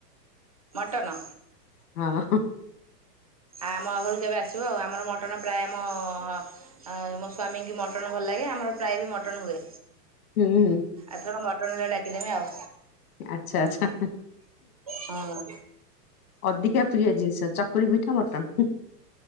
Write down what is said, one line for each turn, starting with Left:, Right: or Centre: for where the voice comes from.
Right: ମଟନ।
Left: ହଁ
Right: ଆ ଆମ ଘରକୁ କେବେ ଆସିବ ଆଉ ଆମର ମଟନ ପ୍ରାୟ ଆମ ଅ ମୋ ସ୍ଵାମୀଙ୍କି ମଟନ ଭଲ ଲାଗେ। ଲାଗି ଆମର ପ୍ରାୟ ବି ମଟନ ହୁଏ।
Left: ହୁଁ ହୁଁ
Right: ଏଥରକ ମଟନ ହେଲେ ଡାକିଦେମି ଆଉ।
Left: ଆଚ୍ଛା ଆଛା
Right: ହଁ
Left: ଅଧିକା ପ୍ରିୟ ଜିନିଷ। ଚକୁଳି ପିଠା ମଟନ